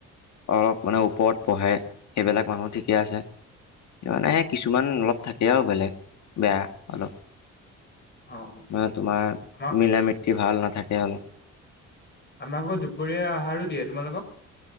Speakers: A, on the left (about 65°); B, on the left (about 35°).
A: অলপ মানে ওপৰত পঢ়ে সেইবিলাক মানুহ ঠিকে আছে। মানে কিছুমান অলপ থাকে আৰু বেলেগ বেয়া অলপ।
B: অ অ
A: মানে তোমাৰ
B: আমাক
A: মিলা মীতি ভাল নাথাকে অলপ।
B: আমাৰ আকৌ দুপৰীয়া আহাৰো দিয়ে, তোমালোকক?